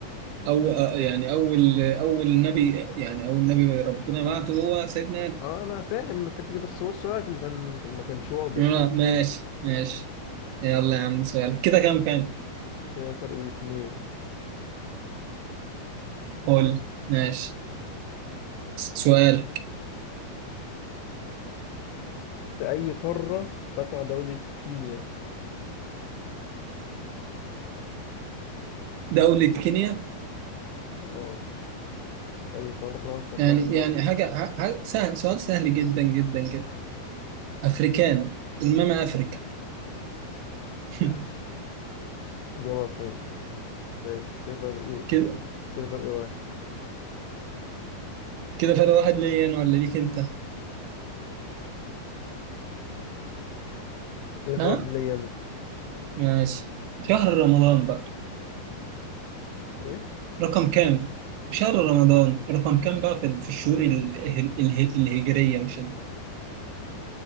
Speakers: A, on the right; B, on the left.
A: أو آه، يعني أول أول نبي يعني أول نبي ربنا بعته هو سيدنا
B: اه انا فاهم الحته دي بس هو السؤال ما كان ما كانش واضح
A: آه،
B: بس
A: ماشي ماشي يلا يا عم سؤال كده كام كام
B: كده فرق اتنين
A: قول ماشي سؤال
B: في اي قاره تقع دوله كينيا
A: دولة كينيا
B: اه في اي قاره تقع
A: يعني يعني
B: دوله
A: حاجة ح- ح- سهل سؤال سهل جدا جدا جدا أفريكان الماما أفريكا <laughs>
B: <laughs> إجابة صحيح ماشي كده فرق إيه؟
A: كده
B: كده فرق واحد
A: كده فرق واحد ليا أنا ولا ليك أنت
B: كده فرق
A: ها
B: واحد ليا أنا
A: ماشي شهر رمضان بقى
B: إيه؟
A: رقم كام شهر رمضان رقم كام بقى في في الشهور ال- ال- ال- الهجرية مش ال-